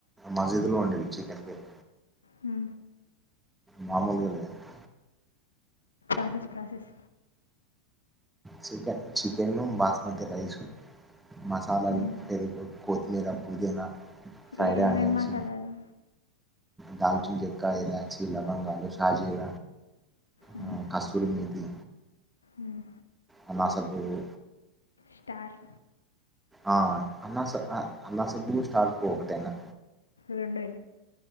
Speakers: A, in the centre; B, on the left.
A: మజీదులో వండే వండేది చికెన్ బీర్
B: హు
A: మామూలుగా లేదండి
B: process process
A: chicken chicken, basmati rice, మసాలాలు,
B: మ్మ్.
A: పెరుగు, కొత్తిమర లేద పుదీనా ఫ్రైడ్
B: ఏమేమేం
A: ఆనియన్స్
B: మసాలాలు
A: దాల్చిన చెక్క, ఇలాచీ, లవంగలు, షాజీర
B: మ్మ్.
A: ఆ కస్తూరి మేథి
B: మ్మ్.
A: అనాసబేరు
B: స్టార్
A: ఆ అనాస అనాసపువ్వు స్టార్ పువ్వు ఒకటేనా
B: రెండు వేరే